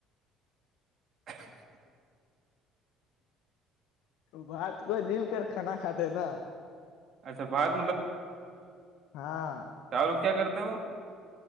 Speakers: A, on the right; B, on the left.
A: <inaudible>
B: بات کو مل کر کھانا کھاتے نا
A: اچھا بھات
B: ہاں
A: چارو کیا کرتے ہو